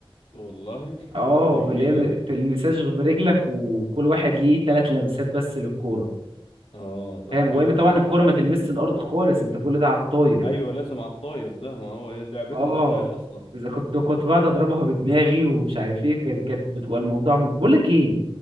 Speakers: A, on the left (about 75°); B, on the right (about 65°).
A: والله <laughs>
B: اه
A: ده جديدة
B: اللي هي م-
A: دي
B: تلمساش غير برجلك وكل واحد ليه تلات لمسات بس للكوره
A: اه طب
B: فاهم وهي
A: حلو
B: طبعا
A: ده
B: الكوره ما تلمسش الارض خالص انت كل ده على الطاير
A: ايوه لازم على الطاير ده ما هو هي لعبتها
B: اه
A: على الطاير اصلا
B: اذا كنت كنت بقعد اضربها بدماغي ومش عارف ايه كانت كانت بتبقى الموضوع مم... بقول لك ايه